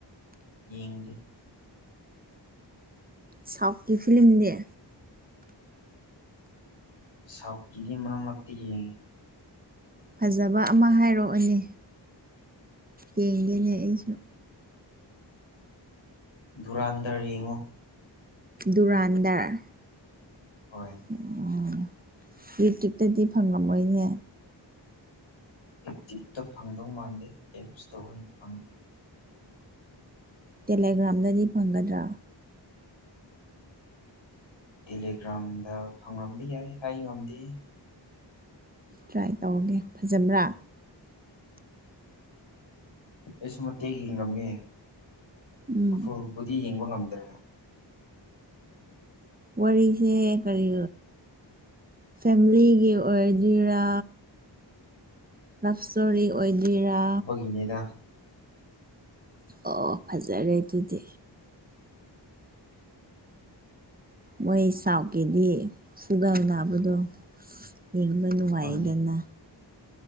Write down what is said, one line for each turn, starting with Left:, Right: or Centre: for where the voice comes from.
Left: ꯌꯦꯡꯗꯦ
Right: ꯁꯥꯎꯠꯀꯤ ꯐꯤꯂꯃꯗꯤ
Left: ꯁꯥꯎꯠꯀꯤꯗꯤ ꯃꯔꯛ ꯃꯔꯛꯇ ꯌꯦꯡꯉꯤ
Right: ꯐꯖꯕ ꯑꯃ ꯍꯥꯏꯔꯛꯑꯣꯅꯦ ꯌꯦꯪꯗꯣꯏꯅꯦ ꯑꯩꯁꯨ
Left: ꯗꯨꯔꯥꯟꯗꯔ ꯌꯦꯡꯉꯣ
Right: ꯗꯨꯨꯔꯥꯟꯗꯔ
Left: ꯍꯣꯏ
Right: ꯑꯣ ꯌꯨꯇ꯭ꯌꯕꯇꯗꯤ ꯐꯪꯂꯝꯝꯃꯣꯏꯅꯦ
Left: ꯌꯨꯇ꯭ꯌꯨꯕꯇ ꯐꯪꯗꯧ ꯃꯥꯟꯗꯦ ꯑꯦꯞꯁꯇ ꯑꯣꯏꯅ ꯐꯪꯅꯤ
Right: ꯇꯦꯂꯦꯒ꯭ꯔꯥꯝꯗꯗꯤ ꯐꯪꯒꯗ꯭ꯔꯥ
Left: ꯇꯦꯂꯤꯒ꯭ꯔꯥꯝꯗ ꯐꯪꯔꯝꯕ ꯌꯥꯏ ꯍꯥꯏ ꯉꯝꯗꯦ
Right: ꯇ꯭ꯔꯥꯏ ꯇꯧꯔꯒꯦ ꯐꯖꯕ꯭ꯔꯥ
Left: ꯑꯩꯁꯨ ꯃꯇꯦꯛ ꯌꯦꯡꯉꯝꯃꯦ
Right: ꯎꯝ
Left: ꯐꯨꯜꯕꯨꯗꯤ ꯌꯦꯡꯕ ꯉꯝꯗ꯭ꯔꯦ
Right: ꯋꯥꯔꯤꯁꯦ ꯀꯔꯤ ꯐꯦꯃꯤꯂꯤꯒꯤ ꯑꯣꯏꯗꯣꯏꯔ ꯂꯞ ꯁꯇꯣꯔꯤ ꯑꯣꯏꯗꯣꯏꯔ
Left: ꯃꯤꯅꯦꯗ
Right: ꯑꯣ ꯐꯖꯔꯦ ꯑꯗꯨꯗꯤ ꯃꯣꯏ ꯁꯥꯎꯀꯤꯗꯤ ꯁꯨꯒꯔ ꯅꯥꯕꯗꯣ ꯌꯦꯡꯕ ꯅꯨꯡꯉꯥꯏꯗꯅ
Left: ꯃꯥꯅꯦ